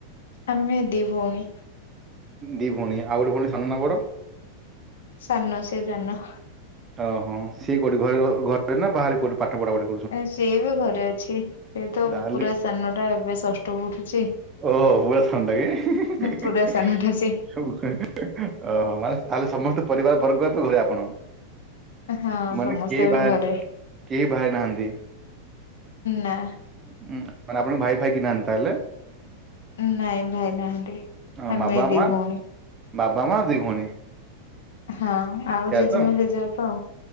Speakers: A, on the left; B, on the right.
A: ଆମେ ଦି ଭଉଣୀ।
B: ଦି ଭଉଣୀ ଆଉ ଗୋଟେ ଭଉଣୀ ସାନ ନାଁ ବଡ଼?
A: ସାନ ସିଏ ଜାନ।
B: ଓହୋ ସିଏ କୋଉଠି ଘରେ ଘରେ ନା ବାହାରେ କୋଉଠି ପାଠ ପଢା ପଢି
A: ଏ ସିଏ ବି ଘରେ ଅଛି ସେ ତ
B: ତାହେଲେ
A: ପୁରା ସାନ ଟା ଏବେ ଷଷ୍ଠ ପଢୁଛି।
B: ଓହୋ ପୁରା ସାନଟା କି <unintelligible>
A: ପୁରା ସାନଟା ସେ।
B: ସବୁ -ଓହୋ ମାନେ ତାହେଲେ ସମସ୍ତେ ପରିବାର ବର୍ଗ ଏବେ ଘରେ ଆପଣ?
A: ହଁ
B: ମାନେ
A: ସମସ୍ତେ
B: କେହି
A: ଏବେ
B: ଭା
A: ଘରେ
B: କେହି ବାହା ହେଇନାହାନ୍ତି?
A: ନା।
B: ଉଁ- ମାନେ ଆପଣଙ୍କ ଭାଇ ଫାଇ କେହି ନାହାନ୍ତି ତାହେଲେ?
A: ନାଇଁ ଭାଇ ନାହାନ୍ତି
B: ହଁ
A: ଆମେ
B: ବାବା
A: ଦି
B: ମା
A: ଭଉଣୀ।
B: ବାବା, ମା, ଦି ଭଉଣୀ।
A: ହଁ ଆଉ
B: ସେୟା
A: ଜେଜେମା,
B: ତ
A: ଜେଜେବାପା ଆଉ।